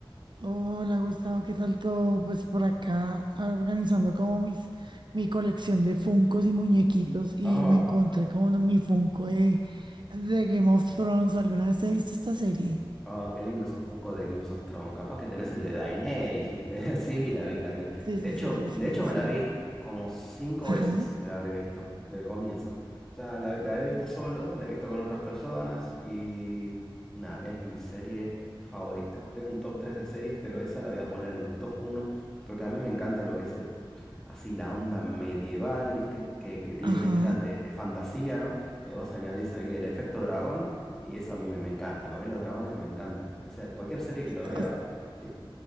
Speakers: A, on the right; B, in the centre.
A: Hola Gustavo, ¿qué tal todo? Pues por acá ah, organizando como mis, mi colección de Funkos y muñequitos
B: <laughs>
A: y
B: Oh,
A: me encontré con mi Funko de, de Game of Thrones. ¿Alguna vez he visto esta serie?
B: oh, qué lindo esos Funko de Games of Thrones. Capaz que tenés el de Daenerys, ¿viste? <laughs> Sí, la vi, la vi.
A: Sí,
B: De
A: sí,
B: hecho,
A: sí, sí, sí,
B: de hecho
A: sí,
B: me
A: sí.
B: la vi como cinco veces,
A: Ajá,
B: me la habré visto, del comienzo. O sea, la, la he visto solo, la he visto con otras personas y nada, es mi serie favorita. Tengo un top 3 de series, pero esa la voy a poner en el top uno porque a mí me encanta lo que es el así la onda medieval, ¿viste? Que, que tiene
A: ajá.
B: mezclas de, de fantasía, ¿no? Que vos añadís ahí el efecto dragón y eso a mí me, me encanta, porque los dragones me encantan. O sea, en cualquier serie que lo
A: O,
B: veo, sí,